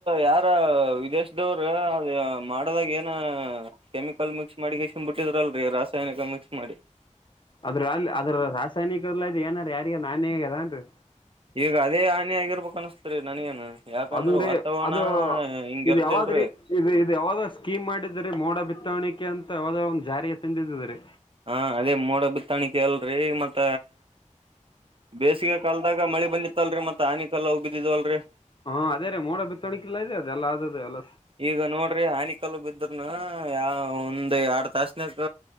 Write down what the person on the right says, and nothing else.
ಯಾರ ಅದ ವಿದೇಶದವ್ರ ಅದ ಮಾಡದಾಗ ಏನ. ಕೆಮಿಕಲ್ ಮಿಕ್ಸ್ ಮಾಡಿ ಕಸಿನ್ ಬಿಟ್ಟಿದ್ರಲ್ರರಿ ರಾಸಾಯನಿಕ ಮಿಕ್ಸ್ ಮಾಡಿ.
ಈಗ ಅದೇ ಆನೆ ಆಗಿರ್ಬೇಕು ಅನಸ್ತ ರೀ ನನಗೇನು. ಯಾಕಂದ್ರ
ವಾತಾವರಣ
ಹಿಂಗ
ಇರ್ದಿಲ್ರಿ.
ಹಾ ಅದೇ ಮೋಡ ಬಿತ್ತಾಣಿಕ ಅಲ್ರೀ ಮತ್ತ ಬೇಸಿಗೆ ಕಾಲ ಇವಾಗ್ ಮಳಿ ಬಂದಿತ್ತಲ್ರರಿ ಮತ್ತ ಆನಿಕೆಲ್ಲ ಅವ ಬಿದ್ವಿಲ್ರರಿ.
ಈಗ ನೋಡ್ರಿ ಆನಿಕಲ್ಲು ಬಿದ್ರನು ಒಂದ್ ಎರಡ್ ತಾಸನಕ್